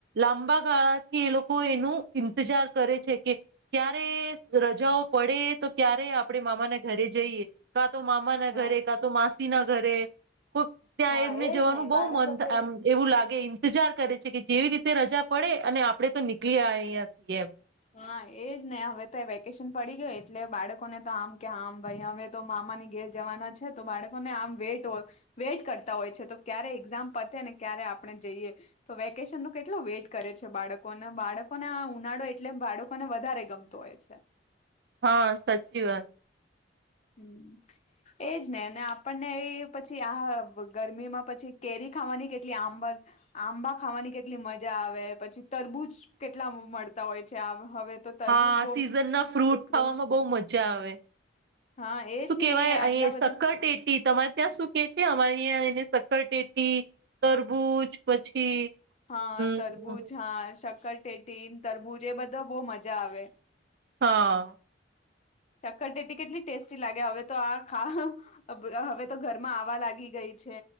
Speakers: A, on the right; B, on the left.
A: લાંબા ગાળાથી એ લોકો એનું ઈંતજાર કરે છે, કે ક્યારે રજાઓ પડે તો ક્યારે આપણે મામાના ઘરે જઈએ. કાં તો મામા ના
B: હા
A: ઘરે, કાં તો માસ સીના ઘરે. કોઈ ત્યાં
B: હા
A: એમને
B: એજ
A: જવાનું
B: ને
A: બહુ
B: બાળકો
A: મન
B: તો
A: થાય
B: એ
A: એમ એવું લાગે ઇંતજાર કરે. છે કે જેવી રીતે રજા પડે અને આપડે તો નીકળી અહીંયા એમ.
B: હા એજ ને હવે તો વેકેશન પડી ગયું એટલે બાળકોને તો આમ કે આમ ભાઈ હવે તો મામાની ઘેર જવાના છે. તો બાળકોને આમ વેટ વેઇટ કરતા હોય છે તો ક્યારે એક્ઝામ પતે ને ક્યારે આપણે જઈએ. તો વેકેશન ન કેટલું વેઇટ કરે છે બાળકોને બાળકોને આ ઉનાળો એટ લે બાળકોને વધારે ગમતો હોય છે.
A: હા સાચી વાત.
B: હમ્મ એજ ને આપણને એ પછી આ ગરમીમાં પછી કેરી ખાવાની કેટલી આંબા આંબા ખાવાની કેટલી મજા આવે પછી તરબૂજ કેટલા મળતા હોય છે. હવે તો તરબૂજ
A: હા સિઝન ના ફ્રૂટ
B: બહુ
A: ખાવામાં બઉ મજા આવે.
B: હા એજ
A: શું કેવાય
B: ને એ આટલા
A: અઇયા
B: બધા
A: સક્કર ટેટી તમારે ત્યાં શું કે છે? અમારે અઇયા એને સકરટેટી, તરબૂજ પછી
B: હા
A: હમ
B: તરબુજ, હા શક કરટેટીન, તરબૂજ એ બધા બઉ મજા આવે.
A: હા.
B: સક કરટેટી કેટલી ટેસ્ટી લાગે હવે તો આ હવે તો ઘરમાં આવા લાગી ગઈ છે